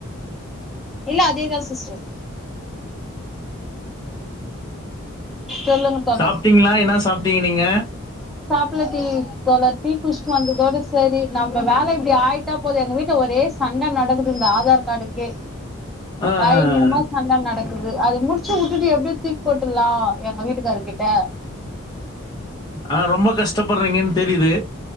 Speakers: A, in the centre; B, on the left.
A: இல்ல அதே தா சிஸ்டர் சொல்லுங்க தோழர்
B: சாப்ட்டீங்களா என்னா சாப்ட்டீங்க நீங்க
A: துள்ளத்தி தொள்ளாரத்தி குஷ் வாங்குறதோட சேரி நம்ம வேல இப்டி ஆயிட்டா போது எங்க வீட்ல ஒரே சண்ட நடக்குது இந்த ஆதாரு கார்டுக்கே
B: அ, அ,
A: பயங்கரமா
B: அ.
A: சண்ட நடக்கு அது அது முடிச்சு விட்டுட்டு எப்டியோ தூக்கி போட் லா எங்க வீட்டுக்காருக்கிட்ட
B: ஆஹ் ரொம்ப கஷ்டப்படுறீங்கன் தெரிது